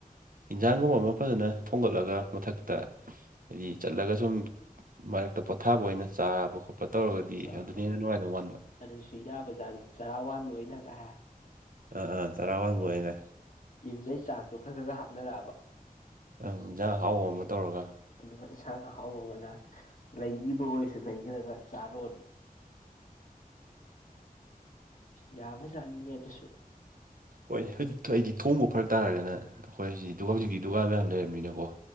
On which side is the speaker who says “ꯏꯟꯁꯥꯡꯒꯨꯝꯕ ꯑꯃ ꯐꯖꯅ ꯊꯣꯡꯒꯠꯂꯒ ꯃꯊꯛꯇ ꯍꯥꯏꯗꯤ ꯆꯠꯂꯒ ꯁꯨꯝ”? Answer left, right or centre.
Right